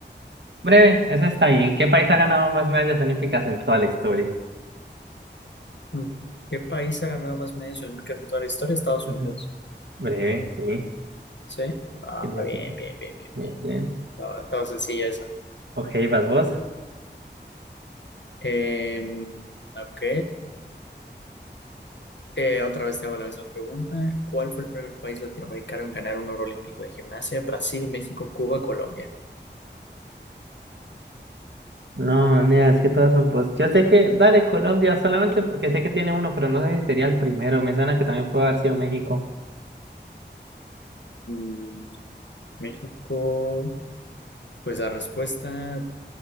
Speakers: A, on the right; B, on the left.
A: Breve, esa está bien. ¿Qué país ha ganado más medallas olímpicas en toda la historia?
B: Mm. ¿Qué país ha ganado más medallas olímpicas en toda la historia? Estados
A: Ujú.
B: Unidos.
A: Breve, sí.
B: ¿Sí? Ah,
A: Sí, sí,
B: bien,
A: sí.
B: bien, bien, bien,
A: Muy
B: bien.
A: bien.
B: Estaba, estaba sencilla esa.
A: Ok, vas vos.
B: Em, ok. Eh, otra vez te hago la misma pregunta. ¿Cuál fue el primer país latinoamericano en ganar un oro olímpico de gimnasia? Brasil, México, Cuba, Colombia.
A: No, mira, es que todas son post. Yo sé que, dale, Colombia, solamente porque sé que tiene uno, pero no sé si sería el primero. Me suena que también puede haber sido México.
B: Mm, México. Pues la respuesta,